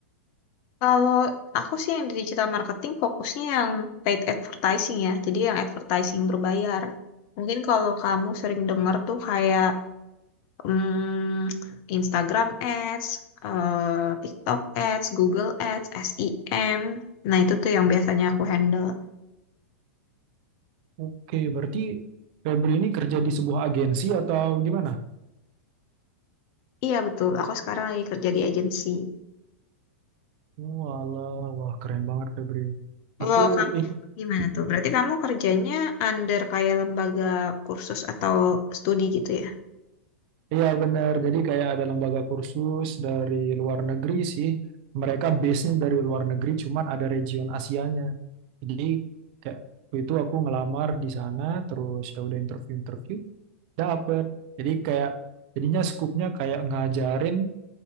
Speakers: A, on the left; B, on the right.
A: Kalau aku sih yang di digital marketing fokusnya yang paid advertising ya, jadi yang advertising berbayar. Mungkin kalau kamu sering dengar tuh kayak Hmm, Instagram Ads, eh, TikTok Ads, Google Ads, SEM. Nah, itu tuh yang biasanya aku handle.
B: Oke, berarti Febri ini kerja di sebuah agensi atau gimana?
A: Iya, betul. Aku sekarang lagi kerja di agensi.
B: Walah, wah keren banget Febri. Aku
A: Loh, kamu
B: ini,
A: gimana tuh? Berarti kamu kerjanya under kayak lembaga kursus atau studi gitu ya?
B: iya benar. Jadi kayak ada lembaga kursus dari luar negeri sih. Mereka base-nya dari luar negeri, cuman ada region Asianya. Jadi kayak waktu itu aku ngelamar di sana, terus ya udah interview-interview, dapet. Jadi kayak jadinya skupnya kayak ngajarin